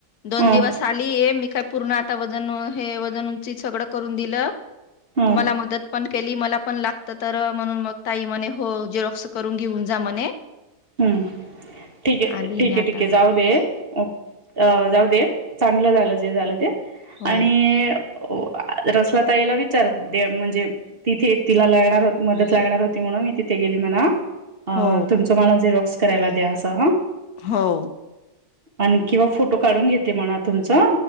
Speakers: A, on the left (about 75°); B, on the right (about 40°).
A: दोन
B: ह
A: दिवस चाली ये मी काय पूर्ण आता वजन व हे वजन उंची सगळं करून दिलं.
B: हम्म
A: तुम्हाला मदत पण केली मला पण लागतं तर म्हणून मग ताई म्हणे हो जेरोक्स करून घेऊन जा मने.
B: हम्म ठीक आहे
A: आली
B: ठीक
A: मी आता
B: आहे ठीक आहे जाऊ दे अ जाऊ दे चांगलं झालं जे झालं ते
A: हो
B: आणि ओ आ रसला ताईला विचार दे म्हणजे तिथे तिला लागणार होत मदत लागणार होती म्हणून मी तिथे गेली म्हणाव. अ
A: हो
B: तुमचं मला झेरॉक्स करायला द्या असं हा.
A: हो.
B: आणि किंवा फोटो काढून घेते म्हणा तुमचं.